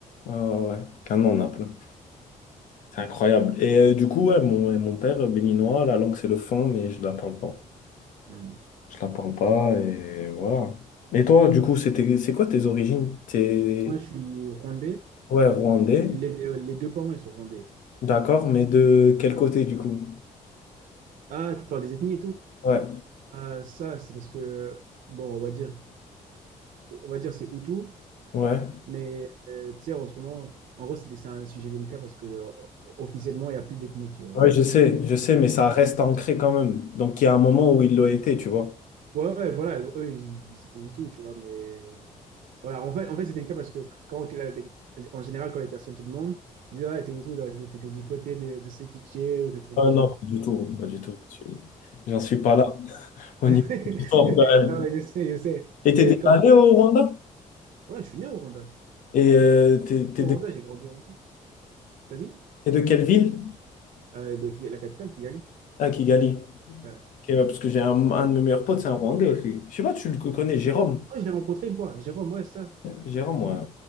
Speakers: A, on the left; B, on the right.
A: Ah ouais, un an, plein. C'est incroyable. Et euh, du coup, ouais, mon, et mon père, euh, béninois, la langue, c'est le fond, mais je la parle pas.
B: Hmm.
A: Je la parle pas, et voilà. Et toi, du coup, c'était, c'est quoi tes origines? T'es,
B: Moi, je suis rwandais.
A: ouais, rwandais,
B: Les, les deux parents, ils sont rwandais.
A: d'accord, mais de quel côté, du coup?
B: Ah, tu parles des ethnies et tout?
A: Ouais,
B: Ah, ça, c'est parce que, bon, on va dire, on va dire c'est Hutu,
A: ouais.
B: mais euh, tu sais, en ce moment, en gros, c'est des- c'est un sujet délicat parce que euh, officiellement, il n'y a plus d'ethnie, tu vois.
A: Ouais, je sais, je sais, mais ça reste ancré quand même. Donc, il y a un moment où il l'a été, tu vois.
B: Ouais, ouais, voilà, eux, ils, ils étaient Hutus, tu vois, mais voilà, en fait, en fait c'est délicat parce que quand, la- les- en général, quand les personnes te demandent, ils disent, ah, t'es Hutu, t'es t'es du côté de, de ceux qui tuaient ou des trucs
A: Ah
B: du
A: non,
B: genre,
A: pas
B: tu
A: du tout, pas du tout. Je suis- J'en suis pas
B: vois.
A: là. Au
B: <laughs>
A: niveau du sport, quand même.
B: Non, mais je sais, je sais.
A: Et
B: Mais
A: t'es déjà
B: comme...
A: allé au Rwanda?
B: Ouais, je suis né au Rwanda.
A: Et euh, t'es, t'es
B: Je
A: de,
B: suis Au Rwanda, j'ai grandi au Rwanda. T'as dit?
A: t'es de quelle ville?
B: Euh, ben, qui- la capitale, Kigali.
A: Ah, Kigali.
B: Ouais.
A: Ok, ouais, parce que j'ai un, un de mes meilleurs potes, c'est un Rwandais aussi. Je sais pas, tu le connais, Jérôme.
B: Oh, je l'ai rencontré une fois. Jérôme, ouais, ça.
A: Jérôme, ouais.